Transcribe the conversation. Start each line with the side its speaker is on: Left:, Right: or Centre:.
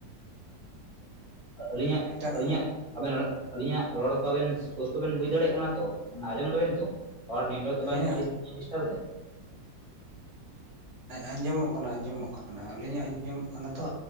Left: ᱟᱹᱞᱤᱧᱟᱜ
Right: ᱮᱴᱟᱜ
Left: ᱟᱹᱞᱤᱧᱟᱜ ᱟᱵᱮᱱ ᱟᱞᱤᱧᱟᱜ ᱨᱚᱲ ᱠᱚ ᱟᱵᱮᱱ ᱯᱩᱥᱴᱟᱹ ᱵᱮᱱ ᱵᱩᱡ ᱫᱟᱲᱮᱭᱟᱜ ᱠᱟᱱᱟ ᱛᱚ ᱟᱸᱡᱚᱢ ᱫᱟᱵᱮᱱ ᱛᱚ ᱱᱮᱴᱣᱟᱨᱠ ᱛᱚ ᱵᱟᱭ
Right: ᱦᱮᱸ
Left: ᱰᱤᱥᱴᱟᱵ ᱫᱟ
Right: ᱟᱸᱡᱚᱢᱚᱜ ᱠᱟᱱᱟ ᱟᱸᱡᱚᱢᱚᱜ ᱠᱟᱱᱟ ᱟᱹᱞᱤᱧᱟᱜ ᱟᱸᱡᱚᱢᱚᱜ ᱠᱟᱱᱟ ᱛᱚ